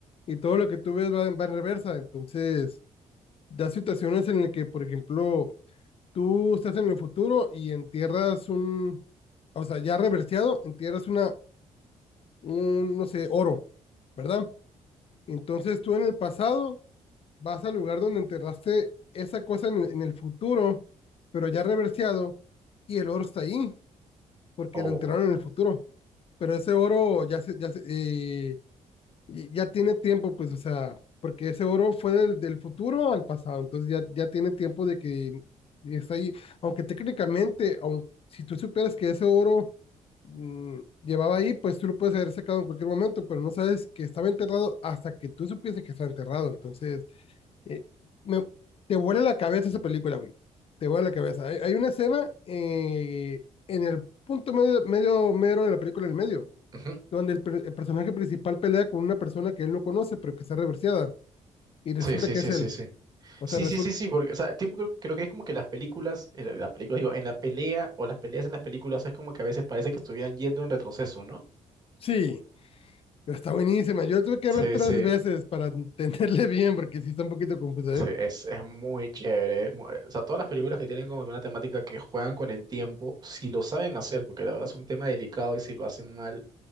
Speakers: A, on the left; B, on the right.
A: y todo lo que tú ves va, en- va en reversa. Entonces... da situaciones en las que, por ejemplo, tú estás en el futuro y entierras un, o sea, ya reverseado, entierras una, un, no sé, oro, ¿verdad? Entonces tú en el pasado vas al lugar donde enterraste esa cosa en, el- en el futuro, pero ya reverseado, y el oro está ahí, porque
B: O...
A: lo enterraron en el futuro. Pero ese oro ya se, ya se, eh, y ya tiene tiempo, pues, o sea, porque ese oro fue del, del futuro al pasado, entonces ya, ya tiene tiempo de que está ahí, aunque técnicamente, aun, si tú supieras que ese oro mm, llevaba ahí, pues tú lo puedes haber sacado en cualquier momento, pero no sabes que estaba enterrado hasta que tú supieses que estaba enterrado, entonces, eh, me- te vuela la cabeza esa película, güey, te vuela la cabeza. Hay, hay una escena eh, en el punto medio, medio mero de la película, en el medio
B: ujú.
A: donde el, per- el personaje principal pelea con una persona que él no conoce, pero que está reverseada, y resulta
B: Sí, sí,
A: que
B: sí,
A: es él.
B: sí, sí.
A: O
B: Sí,
A: sea, resulta,
B: sí, sí, sí, porque, o sea, tipo, creo, creo que es como que las películas, en la, la película, digo, en la pelea o las peleas en las películas es como que a veces parece que estuvieran yendo en retroceso, ¿no?
A: sí, pero está buenísima. Yo la tuve que
B: Sí,
A: ver tres
B: sí,
A: veces para entenderle <laughs> bien, porque sí está un poquito confusa,
B: sí,
A: ¿eh?
B: es, es muy chévere. Es muy- o sea, todas las películas que tienen como que una temática que juegan con el tiempo, si lo saben hacer, porque la verdad es un tema delicado y si lo hacen mal,